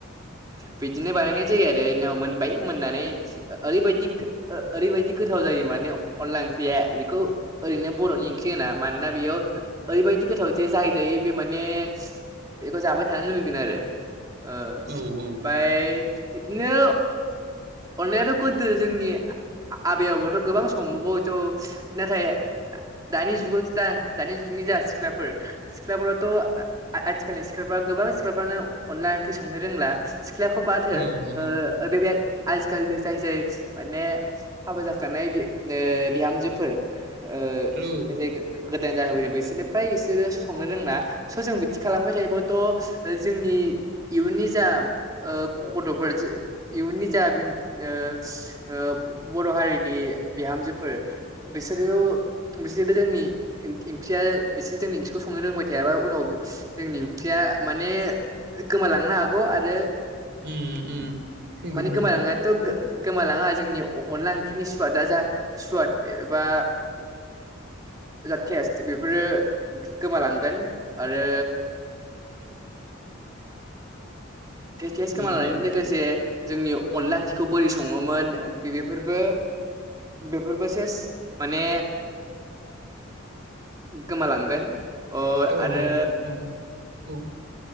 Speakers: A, on the right; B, on the right.
A: बिदिनो बानायनाय जायो आरो मोनबाय मोननानै ओरैबायदि गो ओरैबायदि गोथाव जायो माने अनला ओं ख्रिया बेखौ ओरैनो बरनि ओंख्रि होना मानोना बेयाव ओरैबायाददि गोथाव जे जाय जायो बे माने बेखौ जाबाय थानो लुबैगोन आरो ओ ओमफ्राय
B: औ उम औ औ
A: इदिनो अनलायाथ' गोदो जोंनि आबै आ-आ-आबौआथ गोबां समबोगौ नाथाय आ दानि जुगावदि दा दानि जुगनि जा सिख्लाफोर सिख्लाफोराथ' आ-आथिखालनि सिख्लाफ्रा गोबां सिख्लाफ्रानो अनला ओंख्रि संनो रोंला सिख्लाखौ बाद हो
B: औ नंगौ
A: ओ बे बे आजिखालिनि जाय जाय माने हाबा जाखानाय बेनो बिहामजोफोर ओ
B: औ
A: जे गोदान जाना फैदों बिसोरनो फ्राय इसोरो संनो रोंला। स जों बिदि खालामबाय थायोबथ जोंनि इयुननि जा ओ गथ'फोर इयुननि जा बि ओ ओ बर हारिनि बिहामजो फोर बिसोरो बिसोरबो जोंनि ओंख्रिया बिसोरो जोंनि ओंख्रिखौ संनो रोंबाय थाया। याबा उनाव जोंनि ओंख्रिया माने गोमालांनो हागौ आरो
B: उम उम नंगौ
A: माने
B: नोंथां
A: गोमालांनायाथ' गो-गोमालाङा जोंनि अ-अनला ओंख्रिनि सुवादा जा सुवाद गैया बा
B: <inaudible>
A: <unintelligible> बेफोरो गोमालांगोन आरो
B: <inaudible>
A: टेस टेस
B: उम
A: गोमालांनायजों
B: उम
A: लोगोसे जोंनि
B: औ
A: अनला ओंख्रिखौ बोरै सङोमोन बे-बेफोरबो बेफोरबो सेस माने गोमालांगोन अ
B: औ
A: आरो
B: औ औ औ